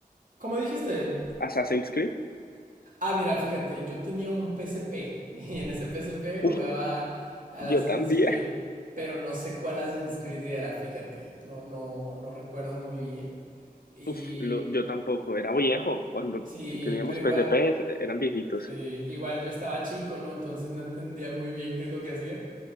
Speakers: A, on the right; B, on the left.
A: Como dijiste.
B: ¿Assassin's Creed?
A: Ah, mira, fíjate, yo tenía un PSP <laughs> y en ese PSP jugaba
B: Uf,
A: al
B: yo
A: Assassin's
B: también.
A: Creed, pero no sé cuál Assassin's Creed era, fíjate, no, no, no recuerdo muy bien. Y
B: Uf, lo- yo tampoco, era viejo, cuando
A: sí,
B: si teníamos
A: pero igual,
B: PSP eran viejitos,
A: sí, igual yo estaba chico, ¿no? Entonces no entendía muy bien qué es lo que hacía.